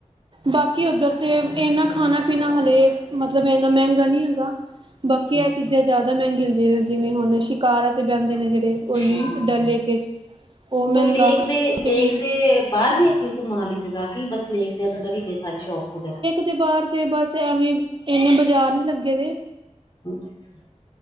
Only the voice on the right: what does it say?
ਬਾਕੀ ਉਧਰ ਤੇ ਇਨਾ ਖਾਣਾ-ਪੀਣਾ ਹਲੇ ਮਤਲਬ ਇੰਨਾ ਮਹਿੰਗਾ ਨੀ ਹੈਗਾ।
ਬਾਕੀ ਇਹ
ਚੀਜ਼ਾਂ ਜ਼ਿਆਦਾ ਮਹਿੰਗੀਆਂ ਹੁੰਦੀਆਂ ਨੇ, ਜਿਵੇਂ ਹੁਣ ਸ਼ਿਕਾਰਾ 'ਤੇ ਬਹਿੰਦੇ ਨੇ ਜਿਹੜੇ ਉਹੀ
ਡਲ ਲੇਕਜ - ਉਹ ਮਹਿੰਗਾ
ਹਟ
ਵੀ -
'ਤੇ ਬਾਹਰ ਤੇ ਬਸ ਐਵੇਂ, ਇੰਨੇ ਬਾਜ਼ਾਰ ਨੀ ਲੱਗੇ ਦੇ-